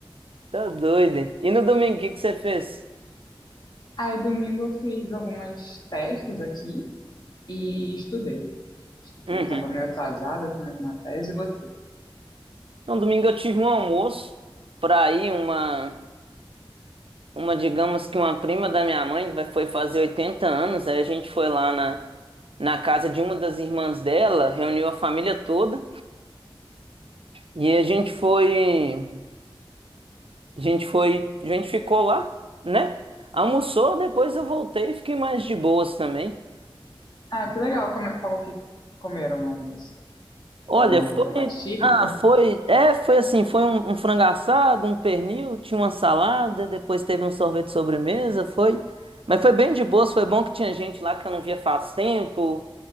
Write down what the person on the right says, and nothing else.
Tá doido. hein? E no domingo, o que que você fez?
Uhum.
No domingo eu tive um almoço pra ir uma, uma, digamos que uma prima da minha mãe vai- foi fazer 80 anos. Aí a gente foi lá na, na casa de uma das irmãs dela, reuniu a família toda e a gente foi, a gente foi, a gente ficou lá, né? Almoçou, depois eu voltei e fiquei mais de boas também.
Olha,
foi.
Ah, foi. É, foi assim: foi um, um frango assado, um pernil, tinha uma salada, depois teve um sorvete de sobremesa, foi. Mas foi bem de boas, foi bom que tinha gente lá que eu não via faz tempo.